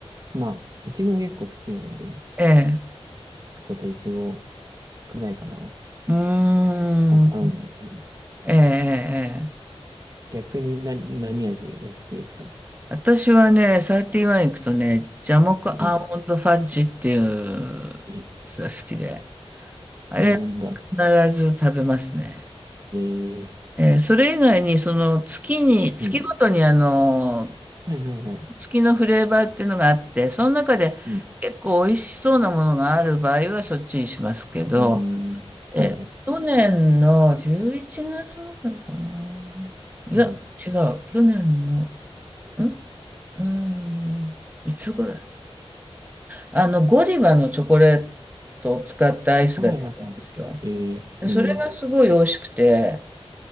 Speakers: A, on the right; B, on the right.
A: まあ、いちごも結構好きなので、
B: ええ。
A: チョコといちごくらいかな。
B: うーん。
A: あ、頼んじゃいますね。
B: ええ、ええ。ええ
A: 逆にな、何味お好きですか
B: 私はね、サーティワン行くとね、ジャモクアーモンドファッジっていうやつが好きで、
A: うん。え
B: あれ
A: アーモンド味。
B: 必ず食べますね。
A: ええ
B: ええ、それ以外に、その月に、月ごとにあの
A: うん。はいはいはい。
B: 付きのフレーバーっていうのがあって、その中で結構美味しそうなものがある場合はそっちにしますけど、
A: うん。うん。
B: え、
A: はいはい。
B: 去年の11月ぐらいかな。いや、
A: うん。
B: 違う。去年の、んうーん、いつぐらいあの、ゴディバのチョコレートを使ったアイスが出たんですよ。
A: はいはいはい。ええうん。
B: で、それがすごい美味しくて、